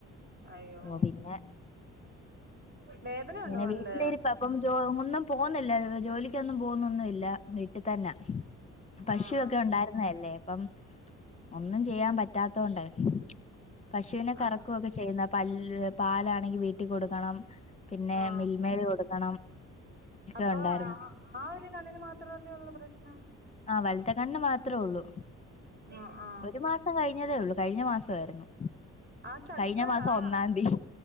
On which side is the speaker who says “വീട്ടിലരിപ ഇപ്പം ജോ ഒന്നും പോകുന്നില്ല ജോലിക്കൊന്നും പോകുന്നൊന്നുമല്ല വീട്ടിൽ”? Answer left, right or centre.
Left